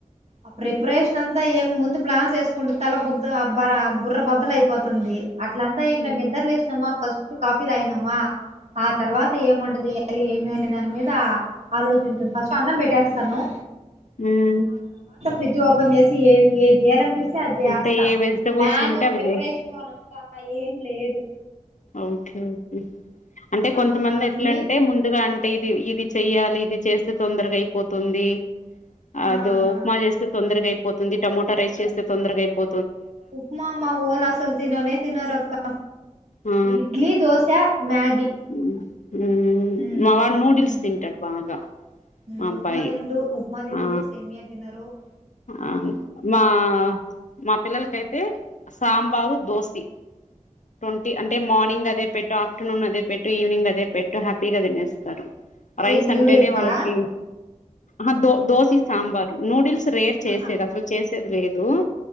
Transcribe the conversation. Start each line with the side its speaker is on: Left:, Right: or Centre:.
Right: ఆ ప్రిపరేషన్ అంతా ఏం ముందు ప్లాన్ చేసుకుంటే తల బద్ బ బుర్ర బద్దల అయిపోతుంది అట్లంతా
Left: ఉమ్
Right: ఏం నిద్రలేసినమా ఫస్ట్ కాఫీ తాయనమా ఆ తర్వాత ఏమంవాంటా చ్యాలి ఏమి అనే దాని మీద ఆలోచించుంది ఫస్ట్ అన్నం పెట్టేస్తాను
Left: హమ్
Right: ఫడ్జ్ ఓపెన్ చేసి ఏ చేయాల అనిపిస్తుంది చేస్తాం
Left: అంటే ఏ వెజిటబుల్స్
Right: ప్లాను
Left: ఉంటే అవి
Right: ప్రిపరేషన్ అనంత ఏం లేదు
Left: ఓకేఓకే అంటే
Right: ఆ
Left: కొంతమంది ఎట్లంటే
Right: మీ
Left: ముందుగా అంటే ఇది ఇది చెయ్యాలి ఇది చేస్తే తొందరగా అయిపోతుంది అదో
Right: ఆ ఆ
Left: ఉప్మా చేస్తే తొందరగై పోతుంది టమోటా రైస్ చేస్తే తొందరగాయిపో
Right: ఉప్మా మా ఓల్ అసలు తిననే తినరు అక్క
Left: ఆ
Right: ఇడ్లీ దోశ మ్యాగి
Left: మ్
Right: ఉ
Left: మావాడు నూడిల్స్
Right: ఉ
Left: తింటాడు బాగా
Right: ఉ
Left: మా అబ్బాయి
Right: ఉప్మా తిన్రు ఉప్మా దినరు
Left: ఆ
Right: సేమ్య దినరు ఉ
Left: ఆ మా మా పిల్లలకై ఏ సాంబారు దోసి ట్వంటీ అంటే మార్నింగ్ అదే పెట్టు ఆ ఆఫ్టర్నూన్ అదే పెట్టు ఈవినింగ్ అదే పెట్టు హ్యాపీగా తినేస్తారు రైస్
Right: ఏ న్యూడిల్సా
Left: అంటేనే వాళ్ళకి ఆ దో దోసి సాంబార్ నూడిల్స్ రేట్ చేసేది
Right: ఆహా
Left: అసలు చే చేసేది లేదు